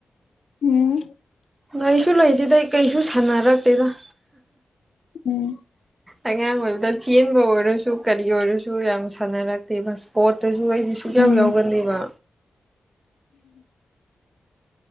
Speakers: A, on the left (about 80°); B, on the right (about 25°).
A: ꯎꯝ
B: ꯂꯩꯁꯨ ꯂꯩꯇꯦꯗꯩ ꯀꯩꯁꯨ ꯁꯥꯟꯅꯔꯛꯇꯦꯗ꯫
A: ꯎꯝ
B: ꯑꯉꯥꯡ ꯑꯣꯏꯕꯗ ꯆꯦꯟꯕ ꯑꯣꯏꯔꯁꯨ ꯀꯔꯤ ꯑꯣꯏꯔꯁꯨ ꯌꯥꯝ ꯁꯥꯟꯅꯔꯛ ꯀꯩꯕ ꯁꯄꯣꯠꯇꯁꯨ ꯑꯩꯗꯤ ꯁꯨꯛꯌꯥꯎ
A: ꯎꯝ
B: ꯌꯥꯎꯒꯟꯗꯦꯕ